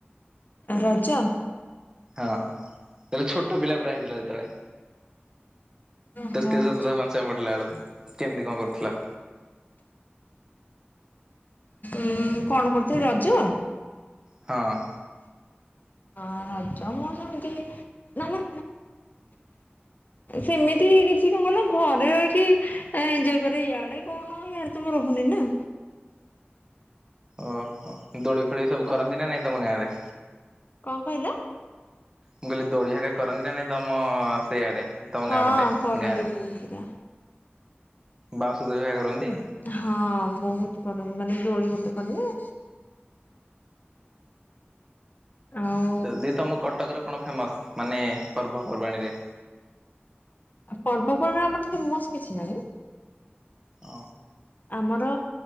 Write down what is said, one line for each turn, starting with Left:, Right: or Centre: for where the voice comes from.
Left: ରଜ।
Right: ହଁ ଯେତେବେଳେ ଛୋଟ ପିଲା ପୁରା ହେଇଥିଲା ଯେତେବେଳେ।
Left: ଓହୋ
Right: ତୃତୀୟ
Left: ଆଚ୍ଛା।
Right: ଚ ପାଞ୍ଚମ ପଡିଲା ବେଳକୁ କେମିତି କଣ କରୁଥିଲ।
Left: ଉଁ କଣ କରୁଥିଲି ରଜ?
Right: ହଁ।
Left: ହଁ ରଜା ମମତି ନର <inaudible> ସେମିତି କିଛି କଣ ଗଲା ଘରେ ର କିି ଏ ଯପାରେ ଇଆଡେ କଣ <inaudible> ହଁ ୟଆଡ ତ ମୁଁ ରହୁନି ନା।
Right: ଓହୋ ଦୋଳି ଫୋଳି ସବୁ କରନ୍ତି ନା ନାଇଁ ତମ ଗାଁ ରେ?
Left: କଣ କହିଲ?
Right: ମୁ କହିଲି ଦୋଳି ଫୋଳି କରନ୍ତି ନା ନାଇଁ ତମ ସେଇଆଡେ ତମ
Left: ହଁ
Right: ଗାଁ ପଟେ
Left: କରନ୍ତି
Right: ଗାଁ ରେ।
Left: ଦୋଳି ହେରିକା
Right: ବାଉଁଶ ଦୋଳି ସୋ କରନ୍ତି?
Left: ହଁ ବହୁତ କରନ୍ତି ମାନେ ଦୋଳି ଗୋଟେ କରିବେ ଆଉ
Right: ଯଦି ତମ କଟକରେ କଣ ଫେମସ ମାନେ ପର୍ବପର୍ବାଣୀ ରେ?
Left: ପର୍ବପର୍ବାଣି ଆମର ଫେମସ୍ କିଛି ନହିଁ।
Right: ଅ
Left: ଆମର